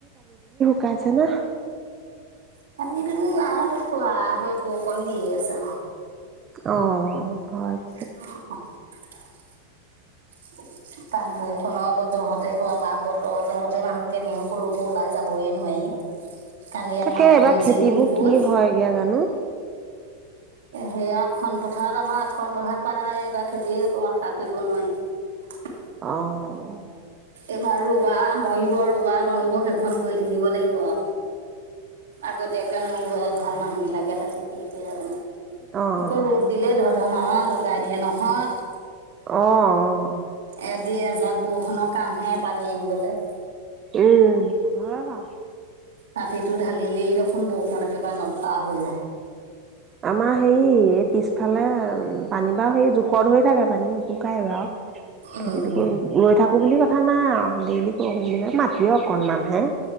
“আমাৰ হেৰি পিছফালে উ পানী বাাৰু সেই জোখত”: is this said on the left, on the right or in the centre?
Right